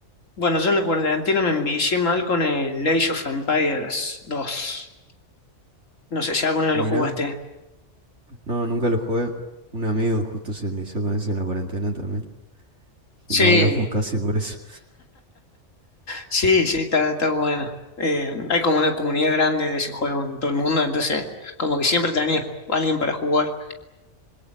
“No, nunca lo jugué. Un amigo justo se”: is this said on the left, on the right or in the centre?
Right